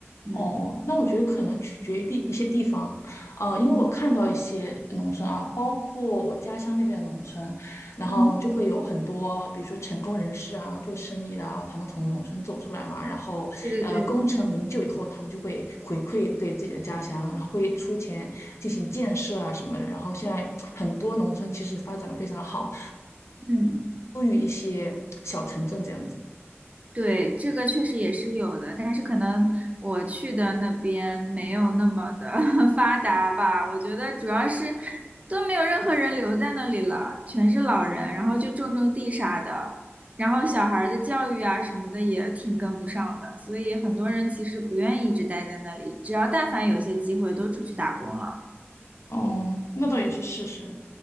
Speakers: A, on the right; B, on the left.
A: 嗯
B: 哦，那我觉得可能取决于地一些地方，呃，
A: 嗯
B: 因为我看到一些农村啊，包括我家乡那边的农村，然后就会有很多，
A: 嗯，
B: 比如说成功人士啊，做生意的啊，他们从农村走出来嘛，然后呃，
A: 对对对，
B: 功成名就以后，他们就会回馈对自己的家乡，然后会出钱进行建设啊什么的，然后现在很多农村其实发展的非常好，
A: 嗯。
B: 优于一些小城镇这样子。
A: 对，这个确实也是有的，但是可能我去的那边没有那么的 <laughs> 发达吧。我觉得主要是都没有任何人留在那里了，全是老人，然后就种种地啥的，然后小孩儿的教育啊什么的也挺跟不上的，所以很多人其实不愿意一直待在那里，只要但凡有一些机会都出去打工了。
B: 嗯，那倒也是事实，